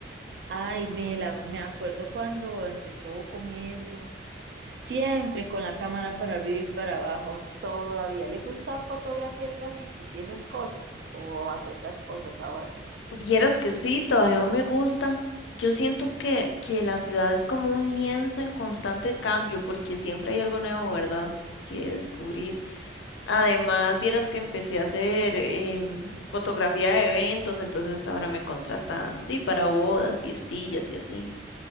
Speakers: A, on the right; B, on the left.
A: Ay, me, la, me acuerdo cuando empezó con eso. Siempre con la cámara para arriba y para abajo. ¿Todavía le gusta fotografiar grafitis y esas cosas? ¿O hace otras cosas ahora?
B: Vieras que sí, todavía no me gusta. Yo siento que, que la ciudad es como un lienzo en constante cambio, porque siempre hay algo nuevo, ¿verdad? Que descubrir. Además, vieras que empecé a hacer em, fotografía de eventos, entonces ahora me contratan di, para bodas, fiestillas y así.